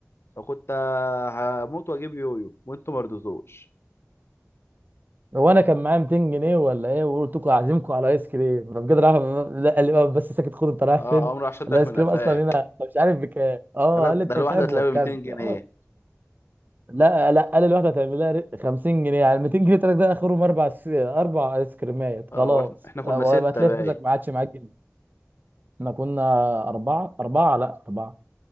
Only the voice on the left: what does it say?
فكنت هموت واجيب يويو وانتوا ما رضيتوش
اه
قام راح شدك
من
قفاك
قال لك
ده الواحده
هتلاقي
ب 200 جنيه
اه واحنا احنا كنا
سته
باي